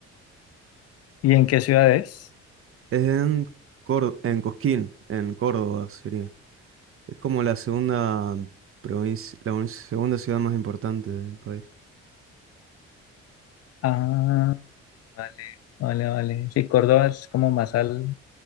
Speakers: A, on the left; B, on the right.
A: ¿Y en qué ciudad es?
B: Es en Cor- en Cosquín, en Córdoba sería. Es como la segunda provincia, la un- segunda ciudad más importante del país.
A: Ah, vale, vale, vale. Sí, Córdoba es como más al,